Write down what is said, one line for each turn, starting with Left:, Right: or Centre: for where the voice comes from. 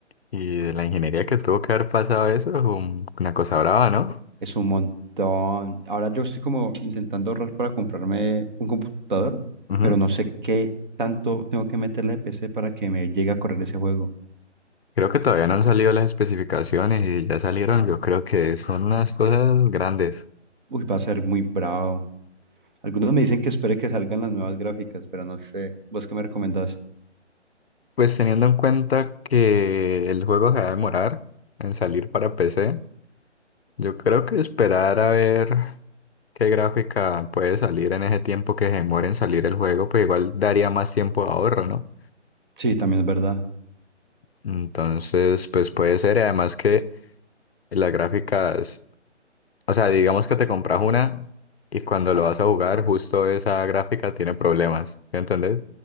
Left: y de la ingeniería que tuvo que haber pasado eso, es un- una cosa brava, ¿no?
Right: Es un montón. Ahora yo estoy como intentando ahorrar para comprarme un computador,
Left: Ujú.
Right: pero no sé qué tanto tengo que meterle de PC para que me llegue a correr ese juego.
Left: Creo que todavía no han salido las especificaciones y ya salieron, yo creo que son unas cosas grandes.
Right: Uy, va a ser muy bravo. Algunos me dicen que espere que salgan las nuevas gráficas, pero no sé. ¿Vos qué me recomendás?
Left: Pues teniendo en cuenta que el juego se va a demorar en salir para PC, yo creo que esperar a ver. ¿Qué gráfica puede salir en ese tiempo que se demora en salir el juego? Pues igual daría más tiempo de ahorro, ¿no?
Right: Sí, también es verdad.
Left: Entonces, pues puede ser. y Además que las gráficas, o sea, digamos que te compras una y cuando lo vas a jugar, justo esa gráfica tiene problemas, ¿sí entendés?